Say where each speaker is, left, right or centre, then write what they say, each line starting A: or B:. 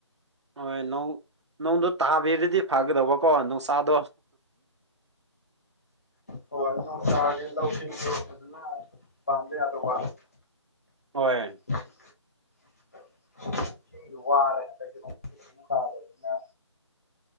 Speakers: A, on the right (about 65°); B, on the left (about 30°).
A: ꯍꯣꯏ ꯅꯣ ꯅꯣꯡꯗꯣ ꯇꯥꯕꯤꯔꯗꯤ ꯐꯒꯗꯧꯕꯀꯣ ꯅꯨꯡꯁꯥꯗꯣ
B: ꯍꯣꯏ ꯅꯣꯡ ꯇꯥꯔꯗꯤ ꯂꯧ ꯁꯤꯡꯖꯨ ꯐꯥꯖꯅ ꯄꯥꯟꯕ ꯌꯥꯗꯧꯕ
A: ꯍꯣꯏ
B: <unintelligible> ꯏꯁꯤꯡꯖꯨ ꯋꯥꯔꯦ ꯍꯟꯗꯛꯇꯤ ꯅꯣꯡꯖꯨ ꯐꯥꯖꯅ ꯇꯥꯗꯝꯅꯤꯅ